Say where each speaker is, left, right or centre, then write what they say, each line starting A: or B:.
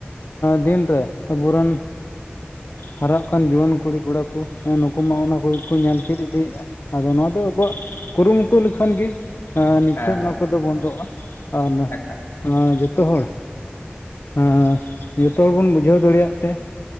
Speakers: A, on the left (about 65°); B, on the left (about 85°).
A: ᱫᱤᱱ ᱨᱮ ᱟᱵᱩ ᱨᱮᱱ ᱦᱟᱨᱟᱜ ᱠᱟᱱ ᱡᱩᱣᱟᱹᱱ ᱠᱩᱲᱤ ᱠᱚᱲᱟ ᱠᱩ ᱮᱸ ᱱᱩᱠᱩ ᱢᱟ ᱚᱱᱟ ᱠᱚ ᱜᱮ ᱠᱚ ᱧᱮᱞ ᱪᱮᱫ ᱤᱫᱤᱭᱮᱫᱼᱟ ᱟᱫᱚ ᱱᱚᱣᱟ ᱫᱚ ᱟᱵᱚᱣᱟᱜ ᱠᱩᱨᱩᱢᱩᱴᱩ ᱴᱩ ᱞᱮᱠᱷᱟᱱ ᱜᱮ ᱱᱤᱪᱦᱟᱹ
B: ᱦᱮᱸ
A: ᱚᱱᱟ
B: ᱦᱮᱸ
A: ᱠᱚᱫᱚ ᱵᱚᱱᱫᱚᱜᱼᱟ ᱟᱨ ᱦᱮᱸ
B: ᱮᱠᱟᱞ
A: ᱡᱚᱛᱚ ᱦᱚᱲ ᱦᱮᱸ ᱡᱚᱛᱚ ᱦᱚᱲ ᱵᱚᱱ ᱵᱩᱡᱷᱟᱹᱣ ᱫᱟᱲᱮᱭᱟᱜ ᱛᱮᱼᱼ